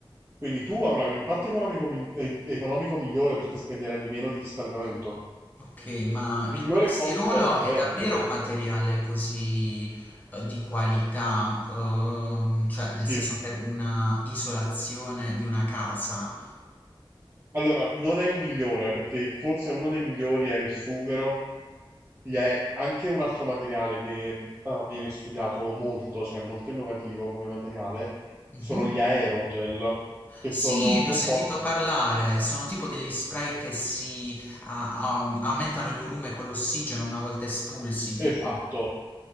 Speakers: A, on the right; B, on the left.
A: quindi tu avrai un impatto economico, mi- eh, economico migliore perché spenderai di meno di riscaldamento.
B: Ok, ma
A: Migliore
B: il polistirolo
A: comfort termico,
B: è davvero un materiale così eh, di qualità, Ehm, cioè
A: sì.
B: nel senso per una isolazione di una casa?
A: Allora, non è il migliore, perché forse uno dei migliori è il sughero, gli è anche un altro materiale che eh, viene studiato molto, cioè molto innovativo come materiale,
B: Mhm.
A: sono gli aerogel, che
B: Sì,
A: sono
B: ne
A: composti
B: ho sentito parlare, sono tipo degli spray che si a- a- aumentano il volume con l'ossigeno una volta espulsi, tipo.
A: Esatto.